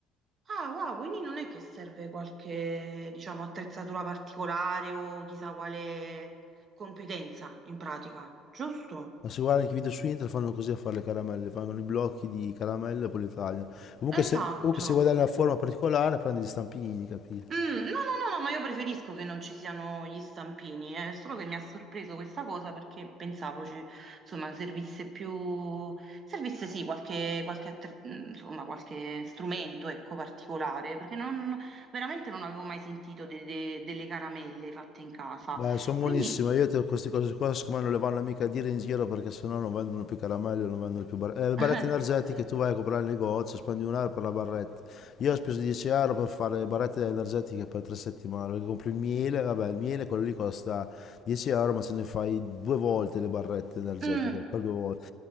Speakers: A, on the right; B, on the left.
A: Ah, wow, quindi non è che serve qualche, diciamo, attrezzatura particolare o chissà quale competenza in pratica, giusto?
B: Ma se guardi anche i video su internet fanno così a fare le caramelle, fanno i blocchi di caramelle e poi li tagliano. Comunque
A: Esatto.
B: se, comunque se vuoi dare una forma particolare prendi gli stampini, capito?
A: Mm, no, no, no, no, ma io preferisco che non ci siano gli stampini, è solo che mi ha sorpreso questa cosa perché pensavo ci, insomma, servisse più, servisse sì qualche, qualche attre- mm, insomma, qualche strumento, ecco, particolare, perché non, veramente non avevo mai sentito de- de- delle caramelle fatte in casa.
B: Beh, sono
A: Quindi,
B: buonissime, io te- queste cose qua secondo me non le vanno mica a dire in giro perché sennò non vendono più caramelle, non vendono più barrette. Eh, le barrette
A: <laughs>
B: energetiche tu vai a comprare il negozio, spendi un euro per la barretta. Io ho speso 10 euro per fare le barrette energetiche per tre settimane, perché compri il miele, vabbè il miele quello lì costa 10 euro ma se ne fai due volte le barrette energetiche,
A: Mm,
B: per due volte,